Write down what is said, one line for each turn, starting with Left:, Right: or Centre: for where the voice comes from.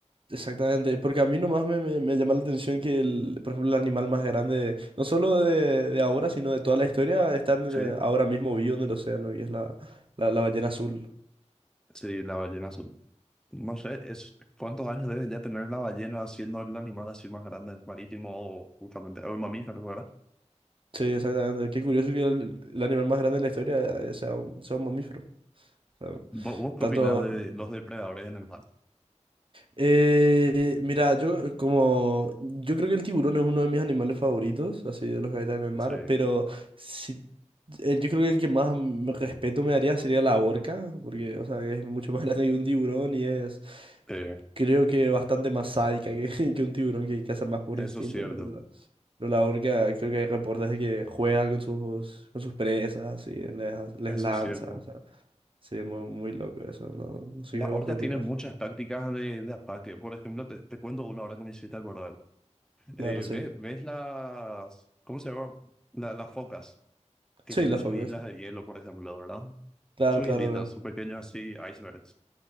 Right: Exactamente, porque a mí nomás me, me, me llama la atención que, el, por ejemplo, el animal más grande, no solo de, de ahora, sino de toda la historia, está en el-
Centre: Sí,
Right: ahora mismo vivo en el océano y es la, la, la ballena azul.
Centre: sí, la ballena azul. No sé, es, ¿cuántos años debe ya tener la ballena siendo el animal así más grande, el marítimo, justamente, o el mamífero, ¿verdad?
Right: Sí, exactamente. Qué curioso que el, el animal más grande de la historia eh, sea un, sea un mamífero. O sea,
Centre: ¿Vos, vos qué
Right: tanto,
Centre: opinás de los depredadores en el mar?
Right: Eh, mira, yo eh, como yo creo que el tiburón es uno de mis animales favoritos, así de los que habitan en el mar,
Centre: Sí,
Right: pero si eh, yo creo que el que más me- respeto me daría sería la orca, porque o sea, es mucho <laughs> más grande que un tiburón y es
Centre: eh,
Right: creo que bastante más sádica que, <laughs> que un tiburón que caza más por
Centre: eso
Right: instinto,
Centre: es cierto,
Right: pero la, pero la orca creo que hay reportes de que juega con sus con sus presas, así les, les
Centre: eso
Right: lanza,
Centre: es cierto.
Right: o sea, sí, muy, muy loco eso, no, no sé
Centre: Las
Right: vos
Centre: orcas
Right: qué opinas.
Centre: tienen muchas tácticas de, de ataque. Por ejemplo, te, te cuento una ahora que me hiciste acordar. Eh,
Right: Claro, sí.
Centre: ve- ¿ves, las, ¿cómo se llama? La- las focas que
Right: Sí,
Centre: tienen
Right: la
Centre: sus
Right: famosa.
Centre: islas de hielo, por ejemplo, ¿verdad?
Right: Claro,
Centre: Sus
Right: claro,
Centre: islitas,
Right: no.
Centre: sus pequeños así, icebergs.